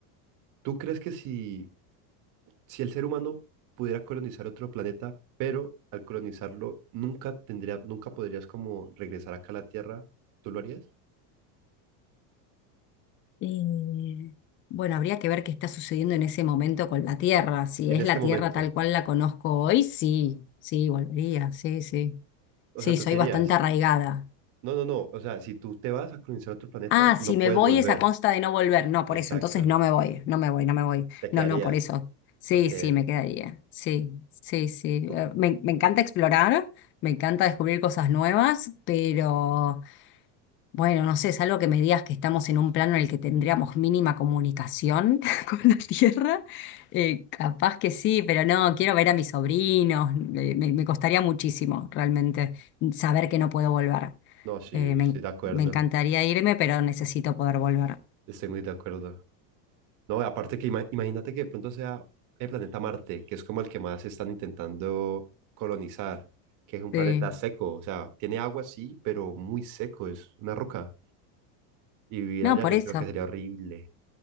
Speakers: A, on the right; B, on the left.
A: ¿tú crees que si, si el ser humano pudiera colonizar otro planeta, pero al colonizarlo nunca tendría, nunca podrías como regresar acá a la Tierra, ¿tú lo harías?
B: Eh, bueno, habría que ver qué está sucediendo en ese momento con la Tierra. Si
A: En
B: es
A: este
B: la
A: momento.
B: Tierra tal cual la conozco hoy, sí, sí, volvería, sí, sí.
A: O
B: Sí,
A: sea, tú
B: soy
A: te irías.
B: bastante arraigada.
A: No, no, no. O sea, si tú te vas a colonizar otro planeta,
B: Ah, si
A: no
B: me
A: puedes
B: voy
A: volver.
B: es a consta de no volver. No, por
A: Exacto.
B: eso. Entonces no me voy, no me voy, no me voy.
A: Te quedarías.
B: No, no, por eso. Sí,
A: Ok.
B: sí, me quedaría. Sí, sí, sí.
A: Cu-
B: Eh,
A: cu-
B: Me, me encanta explorar, me encanta descubrir cosas nuevas, pero bueno, no sé, es algo que me digas que estamos en un plano en el que tendríamos mínima comunicación <laughs> con la Tierra. eh, capaz que sí, pero no, quiero ver a mis sobrinos. eh, me, me costaría muchísimo realmente saber que no puedo volver.
A: No, sí,
B: Eh, me,
A: estoy
B: en-
A: de acuerdo.
B: me encantaría irme, pero necesito poder volver.
A: Estoy muy de acuerdo. No, aparte que ima- imagínate que de pronto sea el planeta Marte, que es como el que más están intentando colonizar, que es un planeta
B: Sí.
A: seco, o sea, tiene agua sí, pero muy seco, es una roca. Y vivir
B: No,
A: allá
B: por
A: yo
B: eso.
A: creo que sería horrible.